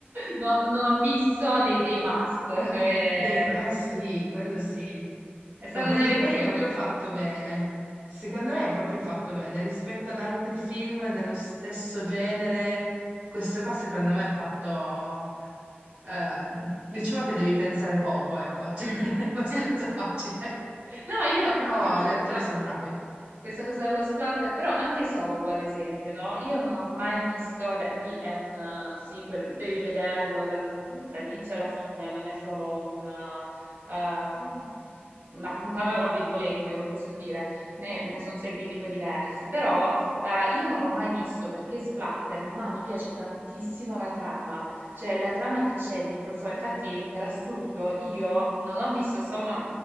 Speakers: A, on the right; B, on the right.
A: non- non ho visto dei, dei must. <laughs> È,
B: Dei- eh sì, quello sì.
A: è stata
B: Ma perché
A: un'eresia
B: poi è proprio
A: quella.
B: fatto bene. Secondo me è proprio fatto bene rispetto ad altri film dello stesso genere. Questo qua secondo me è fatto... ehm, diciamo che devi pensare poco, ecco, <laughs> Cioè,
A: Mm.
B: è abbastanza
A: <laughs>
B: facile.
A: No, io
B: Però
A: infatti questa
B: gli
A: cosa.
B: attori sono bravi.
A: Questa cosa dello splatter, però anche Saw, ad esempio, no? Io non ho mai visto, vabbè, lì è un eh, sequel, devi vederlo dal- dall'inizio alla fine, non è solo una, ehm, una puntata tra virgolette, come posso dire, ne, ne sono seguiti poi diversi, però eh, io non l'ho mai visto perché splatter, ma mi piace tantissimo la trama, cioè la trama che c'è dietro Saw, infatti per assurdo io non ho visto Saw, ma